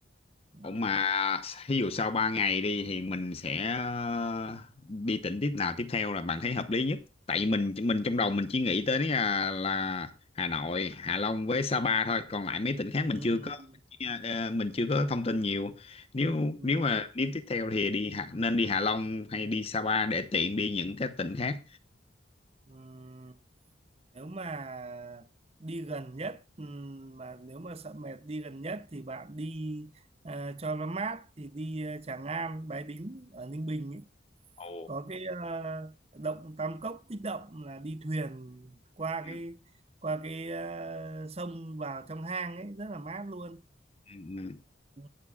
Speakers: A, on the right; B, on the left.
A: ừ,
B: Ủa mà ví dụ sau 3 ngày đi thì mình sẽ ờ, đi tỉnh tiếp nào tiếp theo là bạn thấy hợp lý nhất? Tại vì mình mình trong đầu mình chỉ nghĩ tới là, là Hà Nội, Hạ Long với Sa Pa thôi, còn lại mấy tỉnh khác mình
A: ừ,
B: chưa có ờ, mình chưa có thông tin nhiều. Nếu
A: ừ,
B: nếu mà đi tiếp theo thì đi Hạ- nên đi Hạ Long hay đi Sa Pa để tiện đi những cái tỉnh khác.
A: ừ. nếu mà đi gần nhất ừ, mà nếu mà sợ mệt đi gần nhất thì bạn đi ờ, cho nó mát thì đi ờ, Tràng An Bái Đính ở Ninh Bình ấy.
B: Ồ.
A: có cái ờ, động Tam Cốc Bích Động là đi thuyền qua
B: Ừ.
A: cái qua cái ờ, sông vào trong hang ấy rất là mát luôn
B: ừ, ừ.
A: ừ.